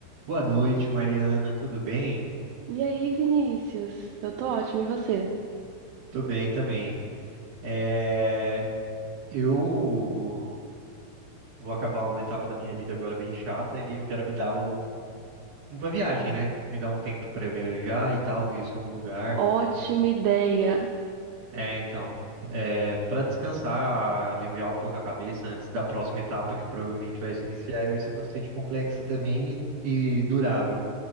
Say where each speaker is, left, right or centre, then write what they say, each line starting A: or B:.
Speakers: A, on the right (about 50°); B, on the right (about 85°).
A: Boa noite, Mariana. Tudo bem?
B: E aí, Vinícius? Eu tô ótima, e você?
A: Tô bem também. É, eu vou acabar uma etapa da minha vida agora bem chata e eu quero me dar um- uma viagem, né? Me dar um tempo pra viajar e tal, conhecer um lugar.
B: Ótima ideia.
A: É, então, é, para descansar, aliviar um pouco a cabeça antes da próxima etapa que provavelmente vai se iniciar e vai ser bastante complexa também e, e durável.